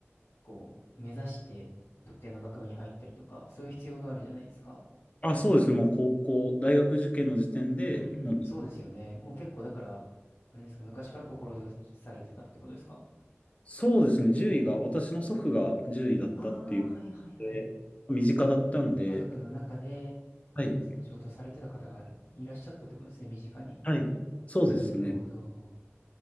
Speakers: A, on the left; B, on the left.
A: こう、目指して特定の学部に入ったりとか、そういう必要があるじゃないですか。
B: あ、そうですね。もう高校、大学受験の時点で、
A: うんうん、
B: もう、
A: そうですよね。もう結構だから、あれですか、昔から志されてたってことですか
B: そうですね。10位が、私の祖父が10位だったっていうことで、
A: ああ、はいはいはい。
B: 身近だったんで、
A: ご家族の中で、
B: はい。
A: その仕事をされてた方がいらっしゃったってことですね、身近に。
B: はい。そうですね。
A: なるほど。